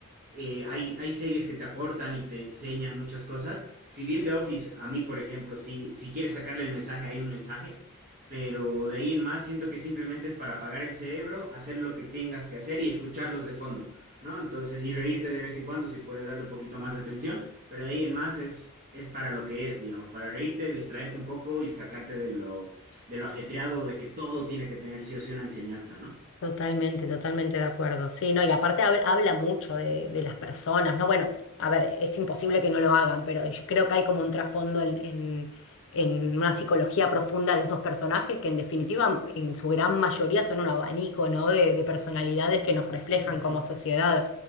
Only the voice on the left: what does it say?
Totalmente, totalmente de acuerdo. Sí, no, y aparte hab- habla mucho de, de las personas, ¿no? Bueno, a ver, es imposible que no lo hagan, pero yo creo que hay como un trasfondo en, en, en una psicología profunda de esos personajes que en definitiva, en su gran mayoría, son un abanico, ¿no? De, de personalidades que nos reflejan
como sociedad.